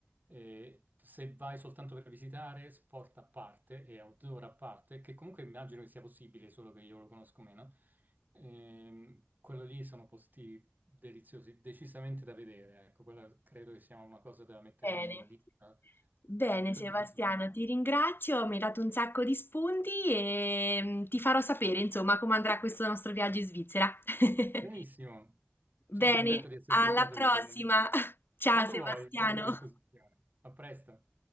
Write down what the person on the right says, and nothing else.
E se vai soltanto per visitare, sport a parte e outdoor a parte, che comunque immagino che sia possibile, solo che io lo conosco meno, ehm, quello lì sono posti deliziosi, decisamente da vedere. Ecco, quella credo che sia una cosa da mettere
nella lista
di, di
cose da fare.
Benissimo, sono
contento di esserti
stato
utile.
Quando
vuoi, sono a tua disposizione. A presto.